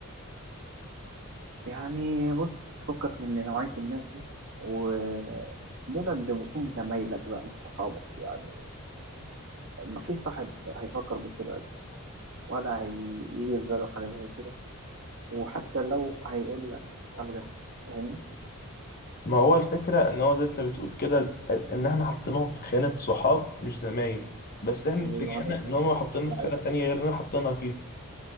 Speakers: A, on the right (about 65°); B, on the left (about 45°).
A: يعني بص فكك من نوعيه الناس دي ودول بيبقوا اسمهم زمايلك بقى مش صحابك يعني مفيش صاحب هيفكر بالطريقه دي ولا هيجي في باله حاجه زي كده وحتى لو هيقول لك ابجح فاهمني
B: ما هو الفكره ان هو زي انت بتقول كده ال- ان احنا حاطينهم في خانه صحاب مش زمايل بس احنا
A: ايوه
B: اتفاجئنا
A: أنا-
B: ان
A: أنا-
B: هم حاطيننا في
A: أنا-
B: خانه تانية غير اللي احنا حاطينها فيها